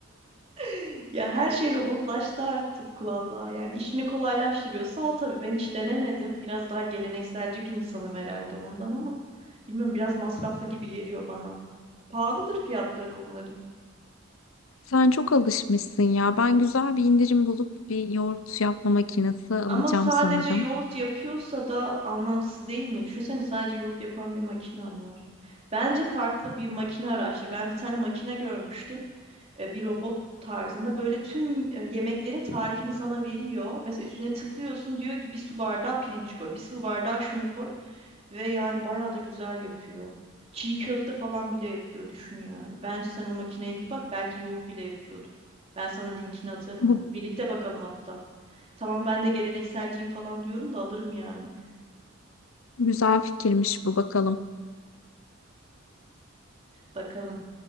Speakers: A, on the right (about 30°); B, on the left (about 85°).
A: <laughs> Ya her şey robotlaştı artık valla. Yani işini kolaylaştırıyor. Sağ ol tabii ben hiç denemedim. Biraz daha gelenekselci bir insanım herhalde ondan ama bilmiyorum biraz masraflı gibi geliyor bana. Pahalıdır fiyatları onların.
B: Sen çok alışmışsın ya. Ben güzel bir indirim bulup bir yoğurt yapma makinesi alacağım
A: Ama sadece
B: sanırım.
A: yoğurt yapıyorsa da anlamsız değil mi? Düşünsene sadece yoğurt yapan bir makinen var. Bence farklı bir makine araştır. Ben bir tane makine görmüştüm. E, Bir robot tarzında böyle tüm e, yemeklerin tarifini sana veriyor. Mesela üstüne tıklıyorsun diyor ki bir su bardağı pirinç koy, bir su bardağı şunu koy ve yani bayağı da güzel yapıyor. Çiğ köfte falan bile yapıyor düşün yani. Bence sen o makineye bir bak belki yoğurt bile yapıyordur. Ben sana linkini atarım
B: Bu
A: onu. Birlikte bakalım hatta. Tamam ben de gelenekselciyim falan diyorum da alırım yani.
B: güzel fikirmiş bu bakalım.
A: Bakalım.